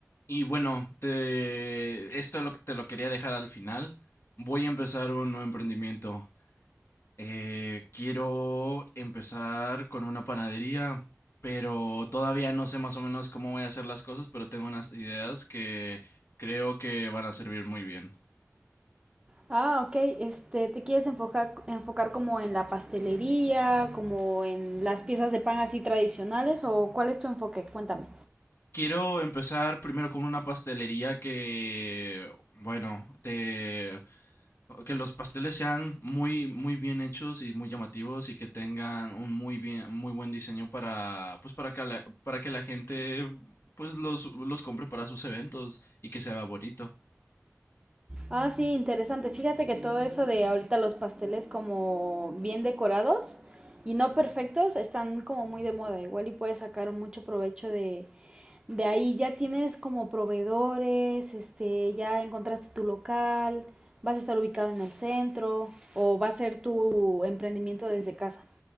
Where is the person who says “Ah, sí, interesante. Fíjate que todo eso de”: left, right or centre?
Right